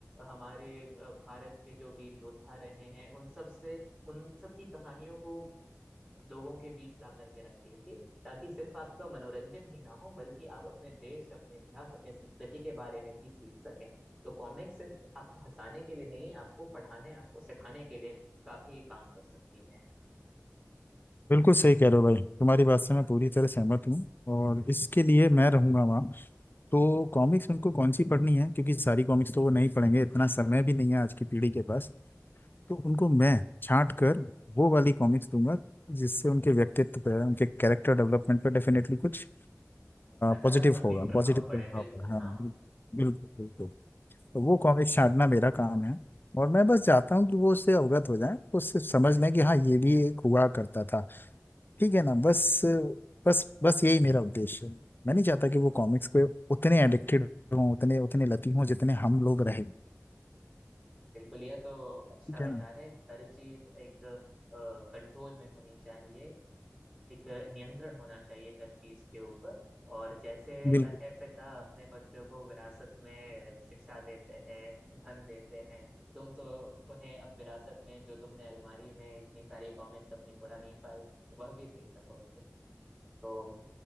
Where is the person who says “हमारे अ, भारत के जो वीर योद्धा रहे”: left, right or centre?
Right